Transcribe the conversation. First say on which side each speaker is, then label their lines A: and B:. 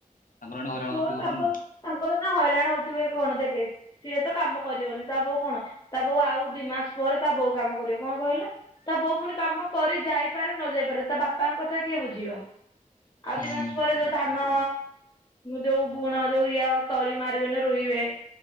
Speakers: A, on the left; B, on the left.
A: ତାଙ୍କର ଏଇନେ ହଇରାଣ
B: ପୁଅ
A: ହଉଚି ହଉଛନ୍ତି
B: ତାଙ୍କର
A: ନା।
B: ତାଙ୍କର ଏଇନା ହଇରାଣ ହଉଥିବେ କଣ ଦେଖେ? ସିଏ ତ କାମ କରିବନି ତା ବୋଉ କଣ ତା ବୋଉ ଆଉ ଦି ମାସ ପରେ ତା ବୋଉ କାମ କରିବ କଣ କହିଲେ? ତା ବୋଉ ପୁଣି କାମ କରି ଯାଇପାରେ ନ ଯାଇପାରେ ତା ବାପାଙ୍କ କଥା କିଏ ବୁଝିବ? ଆଉ
A: ହୁଁ
B: ଦିଇ ମାସ ପରେ ଯୋଉ ଧାନ ଯୋଉ ବୁଣ ଯୋଉ ଇଏ ତଳି ମାରିବେନି ରୁଁଇବେ।